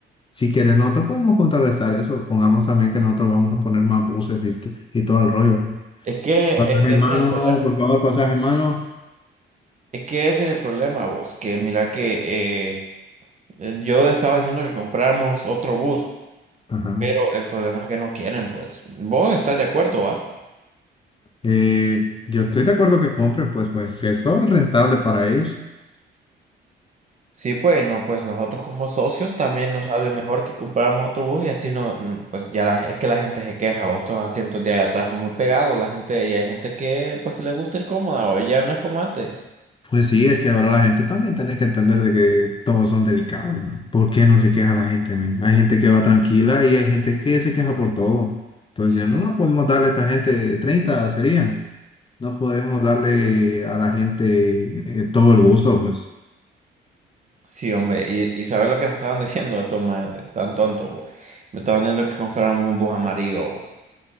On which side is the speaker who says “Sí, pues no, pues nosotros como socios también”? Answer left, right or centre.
Right